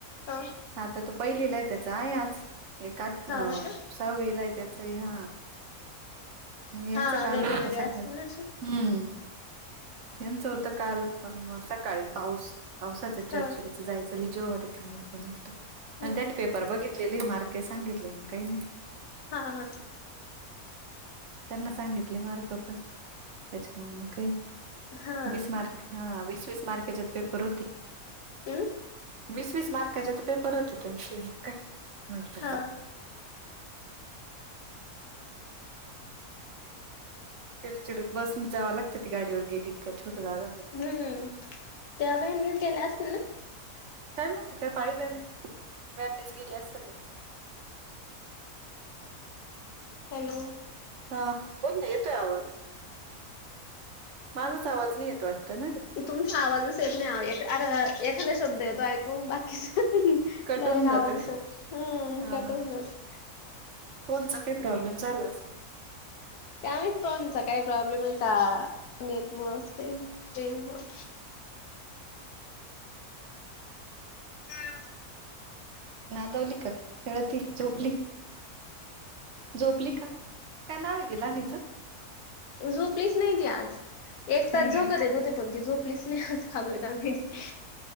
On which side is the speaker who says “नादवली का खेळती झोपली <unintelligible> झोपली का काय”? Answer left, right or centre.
Right